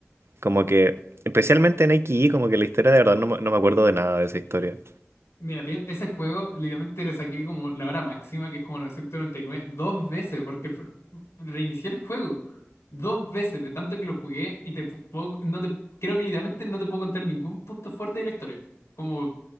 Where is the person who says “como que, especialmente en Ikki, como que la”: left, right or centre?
Right